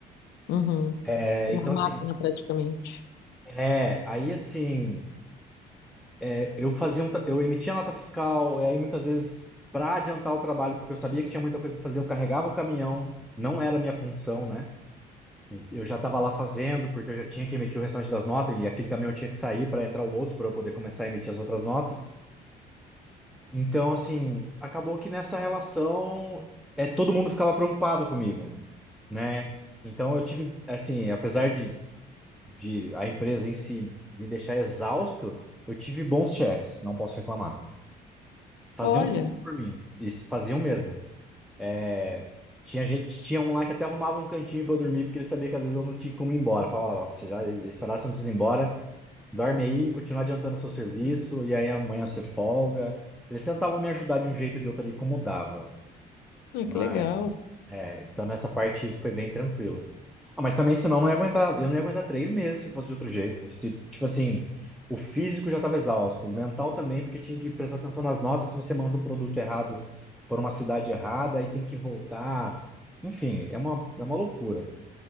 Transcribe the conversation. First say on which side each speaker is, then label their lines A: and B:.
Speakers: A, on the left (about 80°); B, in the centre.
A: uhum.
B: É,
A: Uma
B: então,
A: máquina
B: assim,
A: praticamente.
B: é, aí assim, é, eu fazia um, tra- eu emitia nota fiscal, e aí muitas vezes, para adiantar o trabalho, porque eu sabia que tinha muita coisa para fazer, eu carregava o caminhão, não era a minha função, né? Eu já estava lá fazendo, porque eu já tinha que emitir o restante das notas, e aquele caminhão tinha que sair para entrar o outro para eu poder começar a emitir as outras notas. Então, assim, acabou que nessa relação é todo mundo ficava preocupado comigo, né? Então eu tive, assim, apesar de, de a empresa em si me deixar exausto, eu tive bons chefes, não posso reclamar. Faziam
A: Olha,
B: por mim, isso, faziam mesmo. É, tinha gente, tinha um lá que até arrumava um cantinho pra eu dormir, porque ele sabia que às vezes eu não tinha como ir embora. Falava, "Ah, nossa, já, esse horário você não precisa ir embora, dorme aí, continua adiantando seu serviço, e aí amanhã você folga. Eles tentavam me ajudar de um jeito ou de outro ali, como dava.
A: ai,
B: Mas
A: que legal.
B: é, então nessa parte foi bem tranquilo. Ah, mas também, senão, eu não ia aguentar, eu não ia aguentar três meses se fosse de outro jeito. Se, tipo assim, o físico já estava exausto, o mental também, porque tinha que prestar atenção nas notas. Se você manda um produto errado por uma cidade errada, aí tem que voltar. Enfim, é uma, é uma loucura.